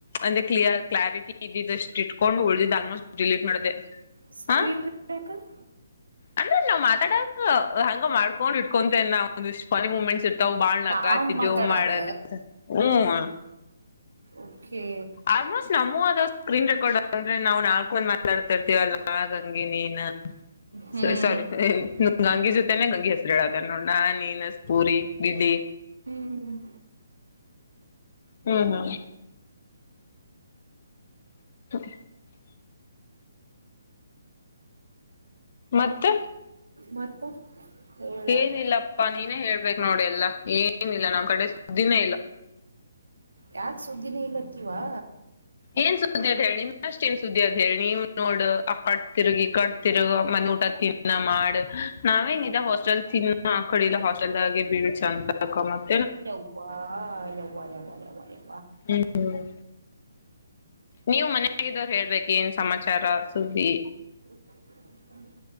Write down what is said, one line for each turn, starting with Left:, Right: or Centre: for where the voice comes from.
Left: ಅಂದ ಕ್ಲಿಯರ್ ಕ್ಲಾರಿಟಿ ಇದ ಇಟ್ಕೊಂಡು ಉಳ್ದಿದ್ದ್ ಆಲ್ಮೋಸ್ಟ್ ಡಿಲೀಟ್ ಮಾಡ್ದೆ
Right: ಸ್ಕ್ರೀನ್
Left: ಹಾ
Right: ರೆಕಾರ್ಡ್
Left: ಅಂದ್ರೆ ನಾವ್ ಮಾತಾಡ ಹಂಗ ಮಾಡ್ಕೊಂಡ್ ಇಟ್ಕೊಂತೇ ನ ಒಂದ ಇಷ್ಟ್ ಫನ್ ಮೂಮೆಂಟ್ಸ್ ತಾವ್ ಬಾಳ್ ನಗಾಡ್ತಿದ್ದೆವು
Right: ನಾವ್ ಮಾತಾಡಾಗ
Left: ಮಾಡದ ಹ್ಮ
Right: ಓಕೆ
Left: ಆಲ್ಮೋಸ್ಟ್ ನಾಮೋ ಸ್ಕ್ರೀನ್ ರೆಕಾರ್ಡ್ ಅಂದ್ರೆ ನಾವು ನಾಲ್ಕು ಒಂದ ಮಾತಾಡ್ತಾರ್ತೀವಲ್ಲ ಹಾಗ ಹಂಗೆ ನೀನ್ <unintelligible>
Right: ಹ್ಮ್
Left: ಗಂಗಿ ಜೊತೆನೆ ಗಂಗೆ ಹೆಸರು ಹೇಳತೇನ್ ನೋಡ್ ನಾ ನೀನ ಸ್ಪೂರಿ ಗಿಡಿ
Right: ಹ್ಮ್
Left: ಹ್ಮ್ ಹ್ಮ್ <unintelligible> ಮತ್ತ
Right: ಮತ್ತ ಹೇಳ
Left: ಏನಿಲ್ಲಪ್ಪಾ ನೀನೇ ಹೇಳ್ ಬೇಕ್ ನೋಡೆಲ್ಲಾ ಏನ ಇಲ್ಲ ನಮ್ ಕಡೆ ಸುದ್ದಿನೇ ಇಲ್ಲ
Right: ಯಾಕ್ ಸುದ್ದಿನೇ ಇಲ್ಲತ್ತೀವಾ
Left: ಏನ್ ಸುದ್ದಿ ಅದ ಹೇಳಿ ನಿಮ್ ಅಷ್ಟ್ ಏನ್ ಸುದ್ದಿ ಅದ್ ಹೇಳಿ ನೀವ್ ನೋಡ್ ಆ ಕಟ್ ತಿರುಗಿ ಕಟ್ ತಿರುಗ ಮನಿ ಊಟ ತಿನ್ನ ಮಾಡ ನಾವೇನ್ ಇದ ಹಾಸ್ಟೆಲ್ ತಿನ್ನ ಆ ಕಡೆಲ್ಲ ಹಾಸ್ಟೆಲ್ದಾಗೆ ಬೀಳ್ ಚಂದ <unintelligible>
Right: ಯವ್ವಾ ಯವ್ವ ಯವ್ವ ಯವ್ವ ಯವ್ವ
Left: ಹ್ಮ್ ಹ್ಮ್ ನೀವು ಮನ್ಯಾಗಿದ್ದವ್ರ್ ಹೇಳ್ಬೇಕ್ ಏನ್ ಸಮಾಚಾರ ಸುದ್ದಿ
Right: <inaudible>